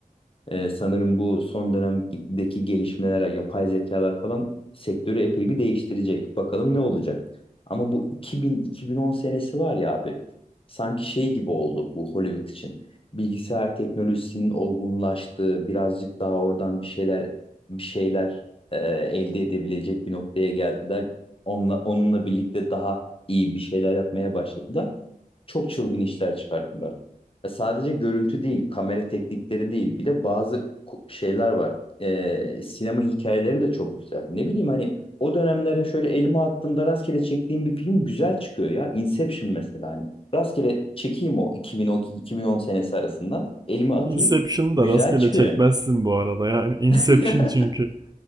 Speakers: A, on the left; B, on the right.
A: Ee, sanırım bu son dönemdeki gelişmeler, yapay zekalar falan sektörü epey bir değiştirecek. Bakalım ne olacak. Ama bu 2000-2010 senesi var ya abi, sanki şey gibi oldu bu Hollywood için. Bilgisayar teknolojisinin olgunlaştığı, birazcık daha oradan bir şeyler bir şeyler e, elde edebilecek bir noktaya geldiler. Onunla, onunla birlikte daha iyi bir şeyler yapmaya başladılar çok çılgın işler çıkarttılar. Ya sadece görüntü değil, kamera teknikleri değil. Bir de bazı ku- şeyler var. Ee, sinema hikayeleri de çok güzel. Ne bileyim hani o dönemlerde şöyle elime attığımda rastgele çektiğim bir film güzel çıkıyor ya. Inception mesela hani. Rastgele çekeyim o 2012-2010 senesi arasından. Elime atayım.
B: Inception'ı
A: Güzel
B: da rastgele
A: çıkıyor.
B: çekmezsin bu arada yani Inception
A: <laughs>
B: çünkü.